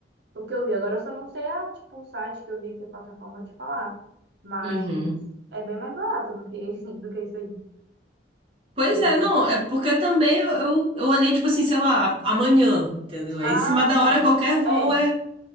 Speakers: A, on the right (about 70°); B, on the right (about 30°).
A: O que eu vi. Agora eu só não sei a, tipo, o site que eu vi aqui, a plataforma de falar. Mas
B: Uhum.
A: é bem mais barato do que, <laughs> do que isso aí.
B: Pois
A: Entendeu?
B: é, não, é porque também eu, eu, eu olhei, tipo assim, sei lá, amanhã, entendeu? Aí
A: Ah,
B: em cima da
A: tá.
B: hora qualquer voo
A: É,